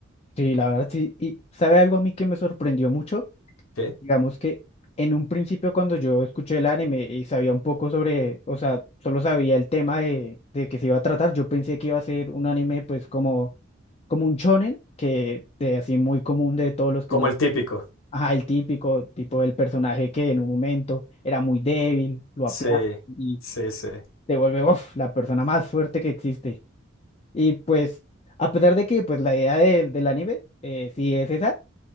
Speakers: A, on the left (about 30°); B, on the left (about 75°).
A: sí, la verdad, sí. Y sabe algo a mí que me sorprendió mucho.
B: ¿Qué?
A: Digamos que en un principio cuando yo escuché el anime y sabía un poco sobre, o sea, solo sabía el tema de, de que se iba a tratar, yo pensé que iba a ser un anime pues como, como un shonen, que de así muy común de todos los que
B: Como
A: uno,
B: el típico.
A: ajá, el típico tipo del personaje que en un momento era muy débil, lo
B: Sí,
A: aplasta y
B: sí, sí,
A: se vuelve, uf, la persona más fuerte que existe. Y pues, a pesar de que pues la idea del, del anime, eh, sí es esa,